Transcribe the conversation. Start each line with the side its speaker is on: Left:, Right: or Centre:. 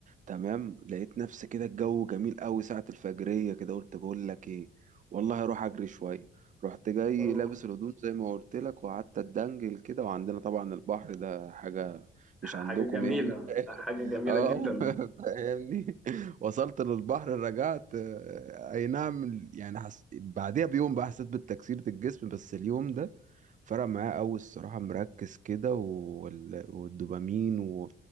Right: تمام لقيت نفسي كده الجو جميل قوي ساعة الفجرية كده قلت بقول لك ايه والله هروح اجري شوية رحت جاي
Centre: اه
Right: لابس الهدوم زي ما قلت لك وقعدت اتدنجل كده وعندنا طبعا البحر ده حاجة
Centre: حاجة
Right: مش عندكم
Centre: جميلة
Right: يعني <laughs>
Centre: حاجة جميلة
Right: اه
Centre: جدا
Right: <laughs> فاهمني وصلت للبحر رجعت آه، اي نعم يعني حس... بعدها بيوم بقى حسيت بتكسيرة الجسم بس اليوم ده فرق معايا قوي الصراحة مركز كده وال... والدوبامين و...